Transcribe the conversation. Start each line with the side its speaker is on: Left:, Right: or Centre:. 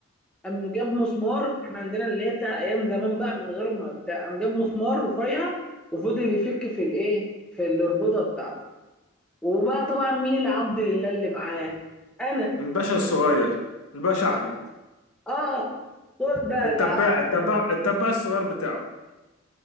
Centre: قام جاب مسمار احنا عندنا اللي هي بتاع ايام زمان بقى من غير ما بتاع قام جاب مسمار رفيع وفضل يفك في الايه في الاربطه بتاعته وبقى طبعا مين العبد لله اللي معاه انا
Left: الباشا الصغير الباشا احمد
Centre: اه خد بقى
Left: التباع التباع التباع الصغير بتاعه